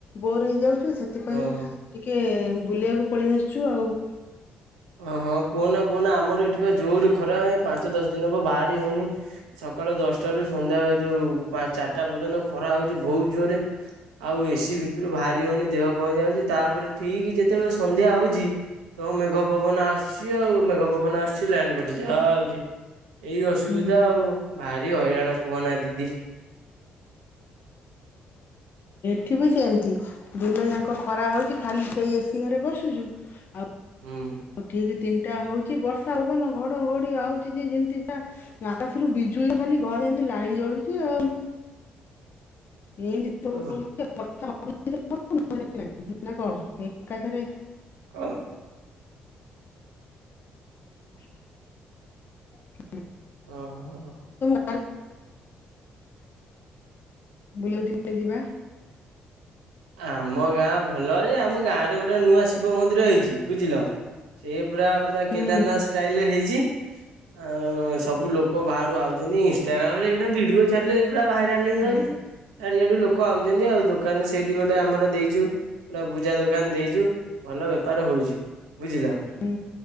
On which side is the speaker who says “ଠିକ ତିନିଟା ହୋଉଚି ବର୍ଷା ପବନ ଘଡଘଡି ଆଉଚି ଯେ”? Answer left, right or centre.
Left